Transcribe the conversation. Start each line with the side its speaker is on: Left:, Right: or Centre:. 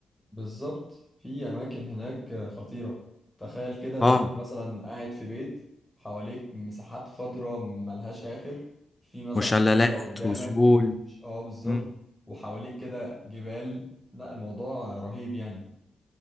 Centre: بالظبط في أماكن هناك خطيرة تخيل كده
Left: اه
Centre: تبقى مثلا قاعد في بيت حواليك مساحات خضراء ملهاش آخر في مثلا
Left: وشلالات
Centre: مية قدامك
Left: وسهول
Centre: اه بالظبط
Left: مم.
Centre: وحواليك كده جبال لا الموضوع رهيب يعني